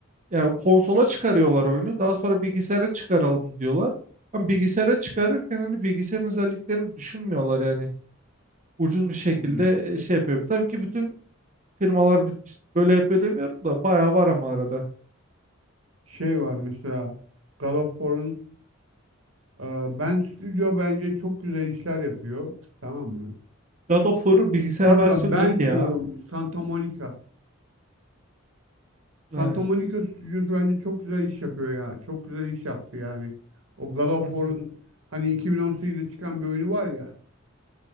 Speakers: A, on the right (about 35°); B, on the right (about 75°).
A: yani konsola çıkarıyorlar oyunu. Daha sonra bilgisayara çıkaralım diyorlar. Ama bilgisayara çıkarırken hani bilgisayarın özelliklerini düşünmüyorlar yani. Ucuz bir şekilde
B: Hmm.
A: e, şey yapıyor. Tabii ki bütün firmalar bit- işte böyle yapıyor demiyorum da bayağı var ama arada.
B: Şey var mesela Galofor'un e, Bent Studio bence çok güzel işler yapıyor. Tamam mı?
A: God of War'ın bilgisayar
B: Pardon
A: versiyonu
B: Bent
A: iyiydi ya.
B: diyorum Santa Monica. Santa
A: Evet.
B: Monica stüdyosu bence çok güzel iş yapıyor ya. Çok güzel iş yaptı yani. O Galofor'un
A: Hı hı.
B: hani 2018'de çıkan bir oyunu var ya.